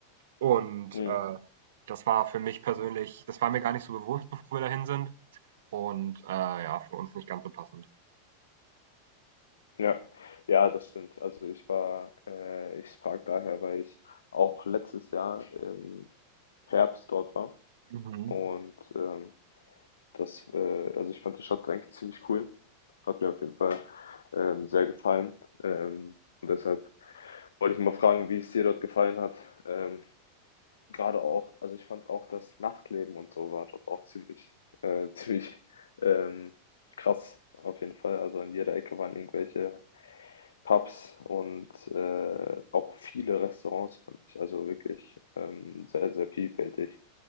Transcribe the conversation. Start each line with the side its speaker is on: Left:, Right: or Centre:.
Right: Und,
Left: Mhm.
Right: äh, das war für mich persönlich das war mir gar nicht so bewusst, bevor wir dahin sind und, äh, ja, für uns nicht ganz so passend.
Left: Ja. Ja, das stimmt. Also ich war, äh, ich frag daher, weil ich auch letztes Jahr im Herbst dort war
Right: Mhm.
Left: und ähm, Das, äh, also ich fand die Stadt eigentlich ziemlich cool. Hat mir auf jeden Fall ähm, sehr gefallen. Ähm, und deshalb wollte ich mal fragen, wie es dir dort gefallen hat. Ähm, gerade auch, also ich fand auch das Nachtleben und so war dort auch ziemlich, äh, <laughs> ziemlich ähm, krass auf jeden Fall. Also an jeder Ecke waren irgendwelche Pubs und äh, auch viele Restaurants fand ich. Also wirklich ähm, sehr, sehr vielfältig.